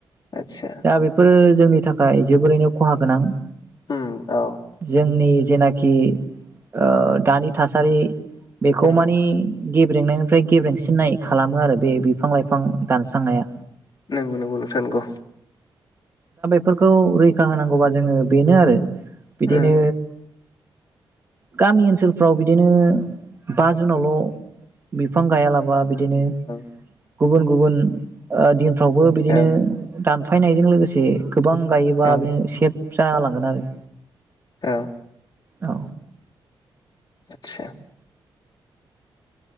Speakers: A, on the left; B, on the right.
A: आतसा
B: दा बेफोरो जोंनि थाखाय जोबोरैनो खहा गोनां
A: उम औ
B: जोंनि जेनाखि ओ दानि थासारि बेखौ
A: उम
B: माने गेब्रेंनायनिफ्राय गेब्रेंसिननाय खालामो आरो बे बिफां लाइफां दानस्रांनाया
A: नंगौ नंगौ नोंथां नंगौ
B: फोरखौ रैखा होनांगौबा जोङो बेनो आरो बिदिनो
A: उम
B: गामि ओनसोलफ्राव बिदिनो बा जुनावल' बिफां गायालाबा बिदिनो
A: औ
B: गुबुन गुबुन ओ दिन फ्रावबो बिदिनो
A: औ
B: दान फायनायजों लोगोसे गोबां गायोबा
A: औ
B: बे सेब जा लांगोन आरो
A: औ
B: औ
A: आतसा